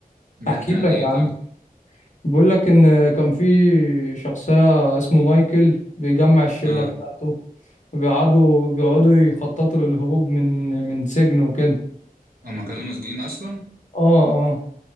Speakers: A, on the right; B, on the left.
A: بيحكي
B: احكي لك
A: عن ايه
B: يا عم
A: طيب
B: بقول لك ان كان في شخصية اسمه مايكل بيجمع الشلة
A: اه
B: بتاعته بيقعدوا بيقعدوا يخططوا للهروب من من سجن وكده
A: هما كانوا مسجونين اصلا
B: اه اه